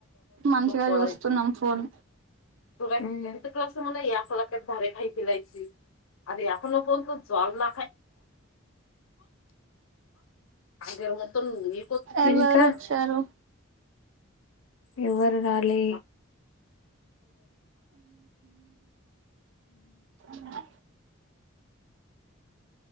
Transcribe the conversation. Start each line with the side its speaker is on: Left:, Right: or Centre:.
Right: మంచిగా
Left: పడసి
Right: చూస్తున్నాం ఫోన్
Left: క్ మ ఎఫ దధారయి పసి ఎ కొ జల్ నా క మత మీకుకా
Right: ఎవరు వచ్చారు
Left: ఇ లే
Right: అవునా